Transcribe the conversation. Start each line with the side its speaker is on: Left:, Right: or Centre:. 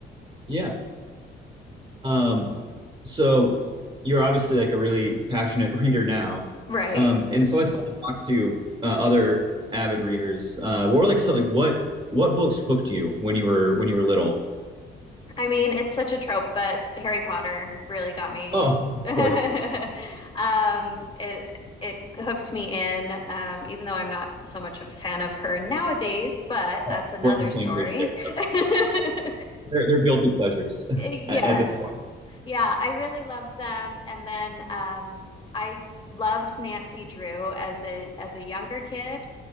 Right: Yeah. Um, so you're obviously like a really passionate <laughs> reader now.
Left: Right.
Right: Um, and it's always fun to talk to uh, other avid readers. Uh, what were like so like what what books hooked you when you were when you were little?
Left: I mean, it's such a trope, but Harry Potter really got me.
Right: Oh, of
Left: <laughs>
Right: course.
Left: Um, it it hooked me in, um, even though I'm not so much a fan of her nowadays, but
Right: Oh,
Left: that's another
Right: we're on the same
Left: story.
Right: page there.
Left: <laughs>
Right: They're, they're guilty pleasures <laughs>
Left: Yes.
Right: at, at this point.
Left: Yeah, I really loved them. And then um, I loved Nancy Drew as a as a younger kid.